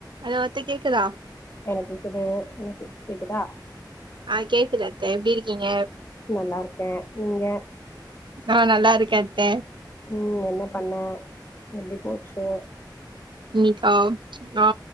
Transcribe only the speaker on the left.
எனக்கு கேக்குது உனக்கு கேக்குதா
நல்லா இருக்கேன் நீங்க
ம் என்ன பண்ண எப்படி போச்சு